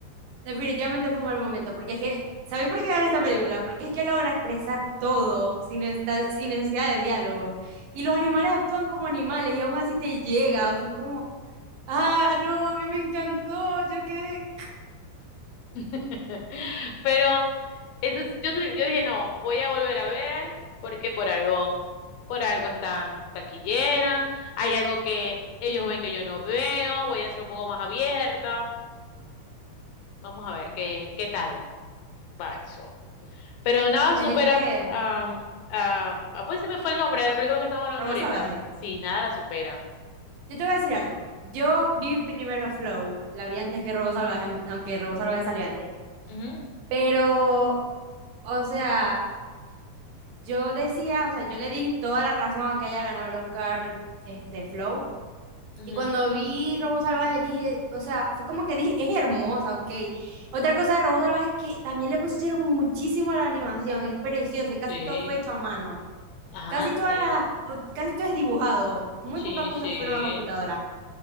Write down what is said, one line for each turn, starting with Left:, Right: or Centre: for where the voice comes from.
Right: Definitivamente fue un mal momento, porque es que, ¿sabéis por qué ganó esta película? Porque es que logra expresar todo sin, necesita- sin necesidad de diálogo. Y los animales actúan como animales y aún así te llega, o sea, es como, ah, no, a mí me encantó, yo quedé...
Left: <laughs> Pero entonces yo, te- yo dije, no, voy a volver a ver porque por algo, por algo están taquillera, hay algo que ellos ven que yo no veo, voy a ser un poco más abierta. Vamos a ver qué, qué tal va eso. Pero nada
Right: Tenéis
Left: supera,
Right: que...
Left: am, am, ah, pues se me fue el nombre de la película que estamos hablando
Right: Robo
Left: ahorita.
Right: Salvaje.
Left: Sí, nada la supera.
Right: Yo te voy a decir algo. Yo vi primero Flow, la vi antes que Robo Salvaje, aunque Robo Salvaje salió antes.
Left: Ujú,
Right: Pero, o sea... Yo decía, o sea, yo le di toda la razón a que haya ganado el Oscar, este, Flow.
Left: ujú.
Right: Y cuando vi Robo Salvaje dije, o sea, fue como que dije, es hermosa, ok. Otra cosa de Robo Salvaje es que también le pusieron muchísimo a la animación, es precioso y casi
Left: Sí.
Right: todo fue hecho a mano.
Left: Ah,
Right: Casi todas
Left: sí.
Right: las, casi todo es dibujado, muy
Left: Sí,
Right: pocas cosas
Left: sí.
Right: fueron a computadora.